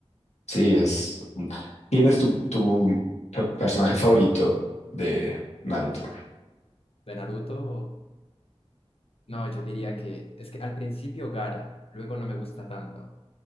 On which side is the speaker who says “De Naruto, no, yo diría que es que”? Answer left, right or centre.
Left